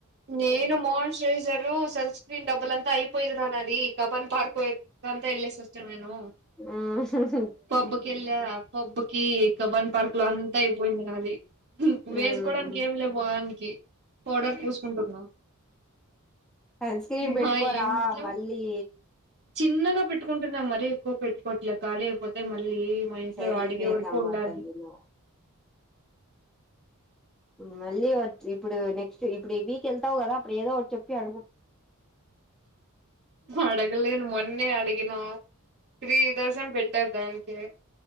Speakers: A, on the right (about 50°); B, in the centre.
A: నేను మోహన్ శ్రైజరు సన్ స్క్రీన్ డబ్బుల్ అంత అయిపోయిరా నా అది కబన్ పార్క్ వ అంతా ఇల్లి సిస్టర్ నేను
B: ఆ
A: పబ్బుకేళ్ళా పబ్బుకి కబన్ పార్క్ లో అంతా అయిపోయింది అది వేసుకోవడానికి
B: ఉమ్
A: ఏమిలే మోహనికి పౌడర్ పుస్ కుంటుంద
B: సన్ స్క్రీన్ పెట్టుకోరా
A: మా ఏంట్లో
B: మళ్ళీ
A: చిన్నగా పెట్టుకుంటున్నాం మరి ఎక్కువ పెట్టుకోట్లే ఖాళీ అయిపోతే మళ్ళీ మా ఇంట్లో
B: సరిపోయిందమ్మా
A: అడిగే వరకు ఉండాలి
B: తల్లి నువ్వు మళ్ళీ ఇప్పుడు నెక్స్ట్ ఇప్పుడు ఈ వీక్ వెళ్తావు కదా అప్పుడు ఏదో ఒక చెప్పి అడుగు
A: అడగలేను మొన్నే అడిగినా త్రీ థౌసండ్ పెట్టారు దానికి